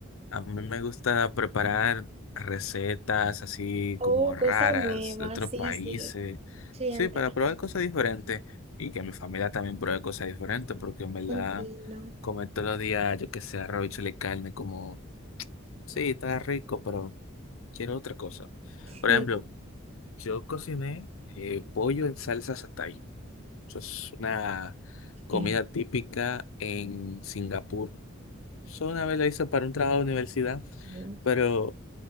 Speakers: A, on the left; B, on the right.
A: a mí me gusta preparar recetas así
B: Oh,
A: como raras
B: cosa nueva,
A: de otros
B: sí,
A: países,
B: sí. Sí,
A: sí,
B: entiendo.
A: para probar cosas diferentes y que mi familia también pruebe cosas diferentes, porque en verdad
B: Entiendo.
A: comer todos los días, yo que sé, arroz y chile carne, como, sí, está rico, pero quiero otra cosa. Por
B: Sí.
A: ejemplo, yo cociné eh, pollo en salsa satay. Eso es una comida
B: sí,
A: típica en Singapur. Solo una vez lo hice para un trabajo de universidad,
B: sí.
A: pero